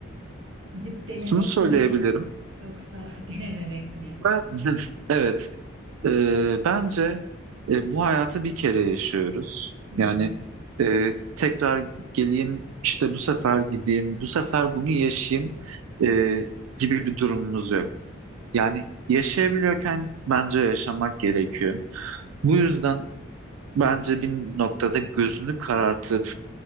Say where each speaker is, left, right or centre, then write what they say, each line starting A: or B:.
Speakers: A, on the right (about 65°); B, on the right (about 80°).
A: Gidip denemek
B: şunu söyleyebilirim.
A: mi yoksa <laughs> denememek mi?
B: Ben <laughs> evet. Ee, bence e, bu hayatı bir kere yaşıyoruz.
A: Hı hı.
B: Yani e, tekrar geleyim, işte bu sefer gideyim, bu sefer bunu yaşayayım e, gibi bir durumumuz yok. Yani yaşayabiliyorken bence yaşamak gerekiyor. Bu yüzden bence bir noktada gözünü karartıp